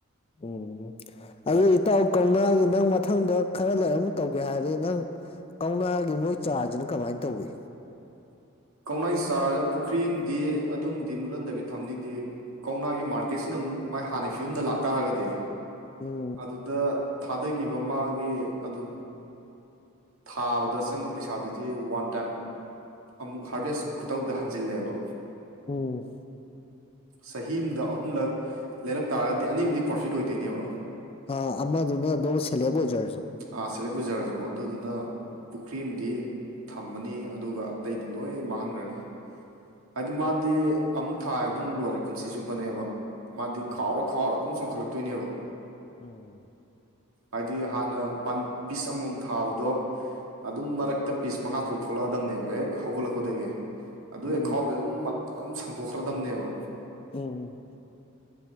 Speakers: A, on the left; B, on the right.
A: ꯎꯝ ꯑꯗꯨ ꯏꯇꯥꯎ ꯀꯧꯅꯥꯒꯤ ꯅꯪ ꯃꯊꯪꯗ ꯈꯔ ꯂꯩꯔ ꯑꯃꯨ ꯇꯧꯒꯦ ꯍꯥꯏꯔꯗꯤ ꯅꯪ ꯀꯧꯅꯥꯒꯤ ꯃꯣꯏ ꯆꯥꯔꯁꯤꯅ ꯀꯃꯥꯏꯅ ꯇꯧꯏ
B: ꯀꯧꯅꯥꯏ ꯆꯥꯔ ꯄꯨꯈ꯭ꯔꯤꯝꯗꯤ ꯑꯗꯨꯝꯗꯤ ꯃꯨꯠꯍꯟꯗꯕꯤ ꯊꯝꯅꯤꯗꯤ ꯀꯧꯅꯥꯒꯤ ꯃꯥꯔꯀꯦꯠꯁꯤꯅ ꯑꯃꯨꯛ ꯃꯥꯏ ꯍꯥꯟꯅ ꯐꯤꯕꯝꯗ ꯂꯥꯛꯇꯥꯥꯔꯒꯗꯤ
A: ꯎꯝ
B: ꯑꯗꯨꯗ ꯊꯥꯗꯈꯤꯕ ꯃꯥꯒꯤ ꯑꯗꯨ ꯊꯥꯕꯗ ꯆꯪꯕ ꯄꯩꯁꯥꯗꯨꯗꯤ ꯋꯥꯟ ꯇꯥꯏꯝ ꯑꯃꯨꯛ ꯍꯥꯚꯦꯁ ꯈꯨꯇꯧꯗ ꯍꯟꯖꯤꯜꯂꯦꯕ
A: ꯎꯝ
B: ꯆꯍꯤ ꯑꯃꯗ ꯑꯍꯨꯝꯂꯛ ꯂꯩꯔꯛ ꯇꯥꯔꯒꯗꯤ ꯑꯅꯤꯃꯗꯤ ꯄ꯭ꯔꯣꯐꯤꯠ ꯑꯣꯏꯗꯣꯏꯅꯦꯕ
A: ꯑ ꯑꯃꯗꯨꯅ ꯑꯗꯨꯝ ꯁꯦꯂꯦꯞ ꯑꯣꯏꯖꯔꯁꯨ
B: ꯥ ꯁꯦꯂꯦꯞ ꯕꯖꯥꯔꯁꯨ ꯑꯗꯨꯗꯨꯅ
A: ꯎꯝ
B: ꯄꯨꯈ꯭ꯔꯤ ꯑꯃꯗꯤ ꯊꯝꯃꯅꯤ ꯑꯗꯨꯒ ꯑꯇꯩꯗꯤ ꯂꯣꯏ ꯃꯥꯡꯍꯟꯈ꯭ꯔꯅꯤ ꯍꯥꯏꯗꯤ ꯃꯥꯗꯤ ꯑꯃꯨꯛ ꯊꯥ ꯍꯥꯏꯕꯗꯨꯅ ꯂꯣꯏꯔꯦ ꯄꯨꯟꯁꯤ ꯆꯨꯞꯄꯅꯦꯕ ꯃꯥꯗꯤ
A: ꯎꯝ
B: ꯈꯥꯎꯔ ꯈꯥꯎꯔ ꯑꯗꯨꯝ ꯆꯣꯡꯈꯠꯂꯛꯇꯣꯏꯅꯦꯕ
A: ꯎꯝ
B: ꯍꯥꯏꯗꯤ ꯍꯥꯟꯅ ꯄ ꯄꯤꯁ ꯑꯃꯃꯝ ꯊꯥꯕꯗꯣ ꯑꯗꯨꯝ ꯃꯔꯛꯇ ꯄꯤꯁ ꯃꯉꯥ ꯇꯔꯨꯛ ꯊꯣꯛꯂꯛꯑꯗꯕꯅꯦꯕ ꯍꯦꯛ ꯍꯧꯒꯠꯂꯛꯄꯗꯒꯤ ꯑꯗꯨ
A: ꯎꯝ
B: ꯍꯦꯛ ꯈꯥꯎꯕꯗ ꯑꯗꯨꯝ ꯃꯇꯝ ꯁꯟꯗꯣꯛꯈ꯭ꯔꯗꯝꯅꯦꯕ
A: ꯎꯝ